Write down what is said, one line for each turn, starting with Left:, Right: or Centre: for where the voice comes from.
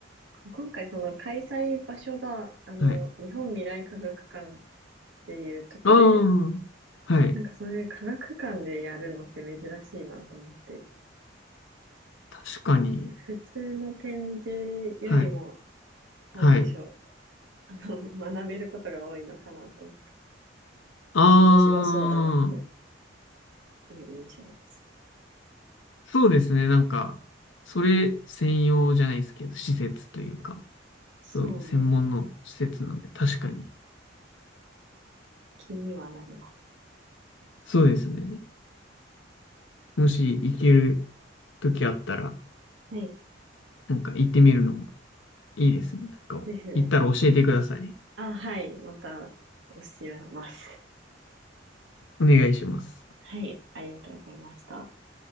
Right: 今回その開催場所が、あの、
Left: はい。
Right: 日本未来科学館っていうとこで、
Left: ああ、はい。
Right: なんかそういう科学館でやるのって珍しいなと思って、
Left: 確かに。
Right: 普通の展示よりも、
Left: はい。
Right: なんでしょう、
Left: はい。
Right: あの、<laughs> 学べることが多いのかなというか、
Left: ああ、
Right: 面白そうだなっていう印象です。
Left: そうですね。なんか、それ専用じゃないですけど、施設というか、そういう専門の施設なんで、
Right: そうですね。
Left: 確かに。
Right: 気にはなります。
Left: そうですね。もし行ける時あったら、
Right: はい。
Left: なんか行ってみるのもいいですね。なんか、
Right: ですね。
Left: 行ったら教えてください。
Right: あ、はい。また、教えます。
Left: お願いします。
Right: はい。ありがとうございました。